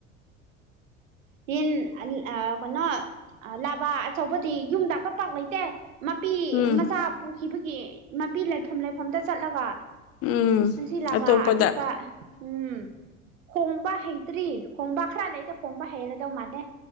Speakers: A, on the right; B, on the left.
A: ꯌꯦꯟ ꯑ ꯀꯅ ꯑ ꯂꯥꯕꯥ ꯑꯆꯧꯕꯗꯤ ꯌꯨꯝꯗ ꯑ ꯄ ꯄꯥꯛ ꯂꯩꯇꯦ ꯃꯄꯤ
B: ꯎꯝ
A: ꯃꯆꯥ ꯄꯨꯈꯤꯕꯒꯤ ꯃꯄꯤ ꯂꯩꯐꯝ ꯂꯩꯐꯝꯗ ꯆꯠꯂꯒ
B: ꯎꯝ
A: ꯉꯟꯁꯤ ꯂꯥꯕ
B: ꯑꯇꯣꯞꯄꯗ
A: ꯑꯄꯤꯛꯄ ꯎꯝ ꯍꯣꯡꯕ ꯍꯩꯇ꯭ꯔꯤ ꯍꯣꯡꯕ ꯈꯔ ꯂꯩꯗ ꯍꯣꯡꯕ ꯍꯩꯔꯗꯧ ꯃꯥꯜꯅꯦ